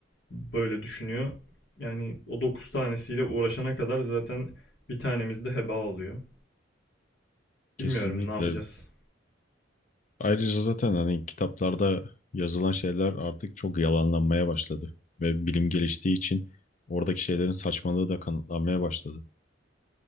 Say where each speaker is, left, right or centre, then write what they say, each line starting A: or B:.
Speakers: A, on the left (about 70°); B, on the left (about 40°).
A: böyle düşünüyor. Yani o 9 tanesiyle uğraşana kadar zaten bir tanemiz de heba oluyor.
B: Kesinlikle
A: Bilmiyorum ne yapacağız.
B: Ayrıca zaten hani kitaplarda yazılan şeyler artık çok yalanlanmaya başladı. Ve bilim geliştiği için oradaki şeylerin saçmalığı da kanıtlanmaya başladı.